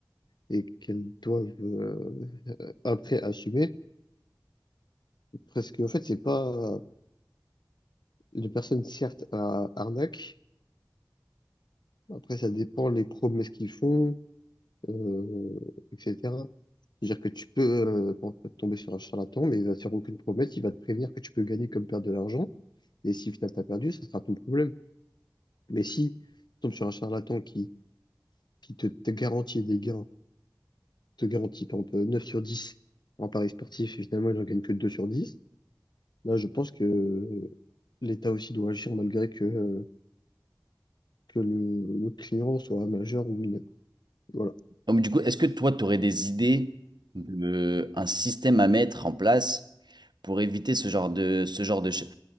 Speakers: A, on the left (about 85°); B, on the right (about 85°).
A: et qu'elles doivent euh, après assumer. Parce qu'en fait, c'est pas... Les personnes, certes, à arnaque, Après, ça dépend les promesses qu'ils font, euh, etc. C'est-à-dire que tu peux euh, pour- tomber sur un charlatan, mais il va te faire aucune promesse, il va te prévenir que tu peux gagner comme perdre de l'argent. Et si finalement t'as perdu, ça sera ton problème. Mais si tu tombes sur un charlatan qui, qui te, te garantit des gains, te garantit par exemple 9 sur 10 en paris sportif, et finalement il n'en gagne que 2 sur 10, là je pense que euh, l'État aussi doit agir malgré que, euh, que le, le client soit majeur ou mineur. Voilà.
B: Donc, du coup, est-ce que toi, tu aurais des idées de un système à mettre en place pour éviter ce genre de, ce genre de, ch-